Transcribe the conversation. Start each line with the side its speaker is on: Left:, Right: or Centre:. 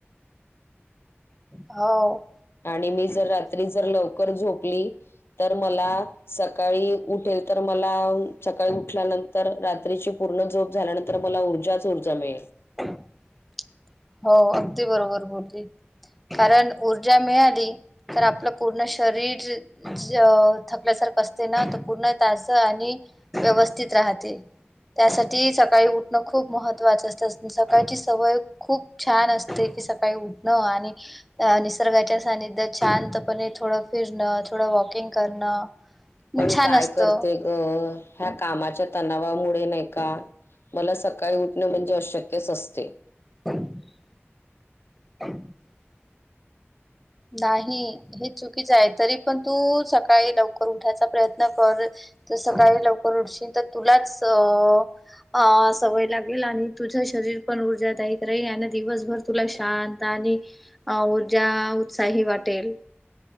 Centre: हव.
Left: आणि मी जर रात्री जर लवकर झोपली तर मला स काळी उठेल तर मला अ सकाळी उठल्यानंतर रात्रीची पूर्ण जोप झाल्यानंतर तर मला ऊर्जाच ऊर्जा मिळेल.
Centre: <inaudible> हो अगदी बरोबर बोलली. कारण ऊर्जा मिळाली तर आपलं पूर्ण शरीर ज थकल्यासारख असते ना त पूर्ण तास आणि व्यवस्थित राहते. त्यासाठी सकाळी उठणं खूप महत्वाचं असतं सकाळची सवय खूप छान असते की सकाळी उठणं आणि अ निसर्गाच्या सानिध्य द शांतपणे थोडं फिरणं थोडं वॉकिंग करणं
Left: पण
Centre: छान
Left: काय
Centre: असतं.
Left: करते ग ह्या कामाच्या तणावामुळे नाही का मला सकाळी उठणं म्हणजे अशक्यच असतें.
Centre: <inaudible> <inaudible> नाही. हे चुकीच आहे तरी पण तू सकाळी लवकर उठायचा प्रयत्न कर त सकाळी लवकर उठशील तर तुलाच अ अ सवय लागेल आणि तुझं शरीर पण ऊर्जादायक राहील आणि दिवसभर तुला शांत आणि अ ऊर्जा उत्साही वाटेल.